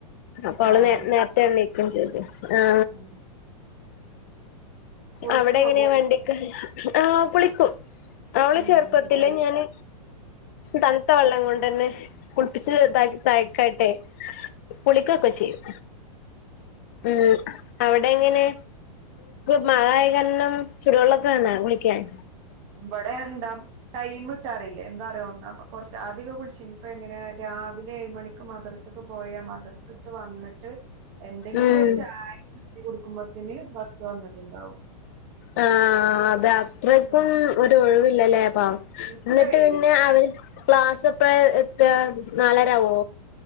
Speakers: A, on the left (about 25°); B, on the right (about 20°).
A: അപ്പൊ അവള്
B: ആഹ്
A: നേ നേരത്തെണിക്കും ചെയ്തു ങ്ആ.
B: ഉം കുളിക്കോ
A: അവിടെങ്ങനെയാ
B: പോകുമ്പോ
A: വണ്ടിക് ആ കുളിക്കും. അവള്
B: ഉം
A: ചെർപ്പത്തില്ലേ
B: ചെലോര്
A: ഞാന് തണുത്ത വെള്ളം കൊണ്ടന്നെ കുളിപ്പിച്ച് ത തഴക്കട്ടെ കുളിക്കൊക്കെപ്പചെയും മ് അവിടെങ്ങനെ? മയായകനും ചുടുവെള്ളൊക്കെണ കുളിക്കാൻ.
B: ബടെന്താ ടൈംമിട്ടാറിയില്ലേ എന്താ അറിയോ കുറച്ച ആധിക്കൊളിച്ചിനി ഇപ്പ ങ്ങനെ രാ വിലെ ഏഴ മണിക്ക് മദ്രസക്ക് പോയാ മദ്രസട്ട് വന്നിട്ട് എന്തെങ്കിലും
A: ഉം
B: ഒരു ചായ കൊടുക്കുമ്പത്തിന് ബസ് വന്നിട്ടുണ്ടാവും.
A: ആ അത് അത്രയ്ക്കും
B: ഉം.
A: ഒരു ഒഴിവില്ലല്ലേ? പ്പ
B: തീരെ
A: ന്നിട്ട്
B: ഒഴിവില്ല
A: ന്നെ അവര് ക്ലാസ് എപ്പഴ എത്താ നാലരവോ?